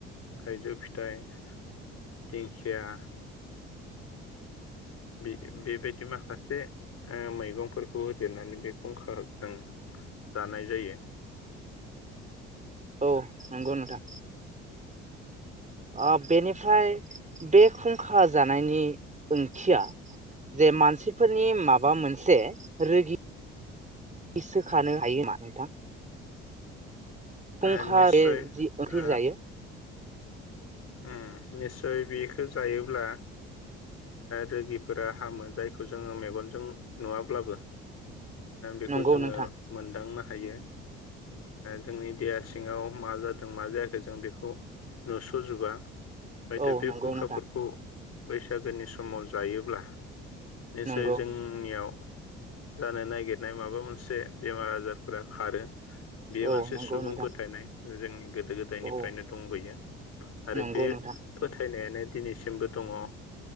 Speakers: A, on the left; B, on the right.
A: थाइजौ फिथाइ दिंखिया बे बेबायदि माखासे ओ मैगंफोरखौ होदेरनानै बे खुंखाजों जानाय जायो
B: औ नंगौ नोंथां ओ बेनिफ्राय बे खुंखा जानायनि ओंथिया जे मानसिफोरनि माबा मोनसे रोगि सोखानो हायो नामा नोंथां? फुंखा
A: ओ निस्सय
B: बे जि ओंख्रि
A: ओ
B: जायो
A: ओम निस्सय बेखौ जायोब्ला रोगिफोरा हामो जायखौ जोङो मेगनजों नुवाब्लाबो बेखौ
B: नंगौ
A: जोङो
B: नोंथां
A: मोनदांनो हा हायो जोंनि देहा सिङाव मा जादों मा जायाखै जों बेखौ नुस गुजुबा <inaudible> बे
B: औ नंगौ
A: खुंखाफोरखौ
B: नोंथां
A: बैसागोनि समाव जायोब्ला निसय
B: नंगौ
A: जोंनियाव जानो नागिरनाय माबा मोनसे बेमार आजारफोरा खारो बेयो मोनसे
B: औ नंगौ
A: सुबुं
B: नोंथां
A: फोथायनाय जोंनि गोदो गोदो गोदायनिफ्रायनो
B: औ
A: दंबोयो आरो
B: नंगौ
A: बे
B: नोंथां
A: फोथायनाय नायानो दिनैसिमबो दङ